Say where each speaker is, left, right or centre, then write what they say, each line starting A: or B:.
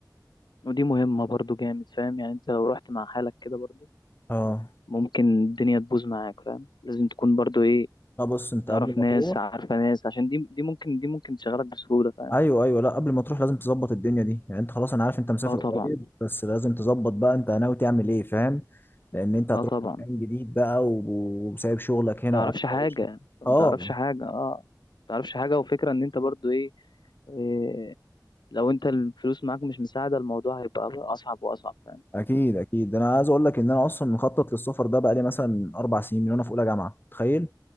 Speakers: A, on the left (about 75°); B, on the left (about 30°).
A: ودي مهمه برضو جامد فاهم يعني انت لو رحت مع حالك كده برضو
B: اه
A: ممكن الدنيا تبوظ معاك فاهم لازم تكون برضو ايه
B: طب بص انت
A: تعرف
B: قبل ما
A: ناس
B: تروح
A: عارفه ناس عشان دي دي ممكن دي ممكن تشغلك بسهوله فاهم
B: ايوه ايوه لا قبل ما تروح لازم تظبط الدنيا دي يعني انت خلاص انا عارف انت مسافر
A: اه طبعا
B: قريب بس لازم تظبط بقى انت ناوي تعمل ايه فاهم لان انت هتروح
A: اه طبعا
B: مكان جديد بقى و- وسايب شغلك هنا
A: تعرفش
B: واكل
A: حاجة
B: عيشك
A: انت ما
B: اه
A: تعرفش حاجة اه ما تعرفش حاجة وفكرة ان انت برضو ايه, إيه لو انت الفلوس معاك مش مساعدة الموضوع هيبقى <laughs> اصعب واصعب فاهم
B: اكيد اكيد انا عايز اقول لك ان انا اصلا مخطط للسفر ده بقى لي مثلا اربع سنين من وانا في اولى جامعه تخيل